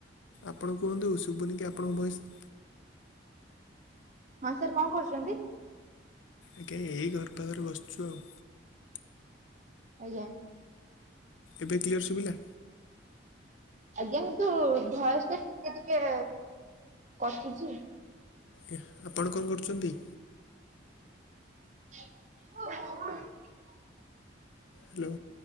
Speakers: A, on the left; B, on the right.
A: ଆପଣ କୁହନ୍ତୁ ଶୁବୁନି କି ଆପଣଙ୍କ ଭଏସ।
B: ହଁ ସାର୍ କଣ କରୁଛନ୍ତି।
A: ଆଜ୍ଞା ଏଇ ଘର ପାଖରେ ବସିଛୁ ଆଉ।
B: ଆଜ୍ଞା।
A: ଏବେ କ୍ଲିୟର ଶୁଭିଲା?
B: ଆଜ୍ଞା କିନ୍ତୁ ଭଏସ ଟା ଟିକେ ଟିକେ କଟୁଛି।
A: ଆଜ୍ଞା ଆପଣ କଣ କରୁଛନ୍ତି?
B: <unintelligible>
A: ହାଲୋ।